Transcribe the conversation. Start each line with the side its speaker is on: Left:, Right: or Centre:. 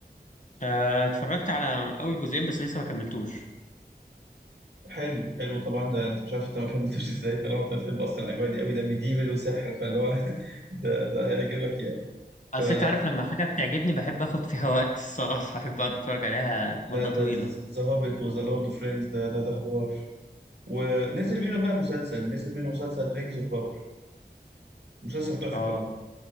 Left: آه، اتفرجت على أول جزئين بس لسه ما كملتوش
Right: حلو حلو طبعا ده انت مش عارف انت ما كملتوش ازاي طالما انت بتحب اصلا الاجواء دي قوي ده ميديفل وسحر فاللي هو <laughs> ده ده هيعجبك يعني فلا
Left: أصل أنت عارف لما حاجة بتعجبني بحب آخد فيها <laughs> وقت الصراحة أحب أقعد أتفرج عليها لمدة
Right: لا ده
Left: طويلة
Right: ذا هوبيت وذا لورد اوف رينجز ده ده ده حوار ونزل منه بقى مسلسل نزل منه مسلسل رينجز اوف باور مسلسل تحفة
Left: أه
Right: برضه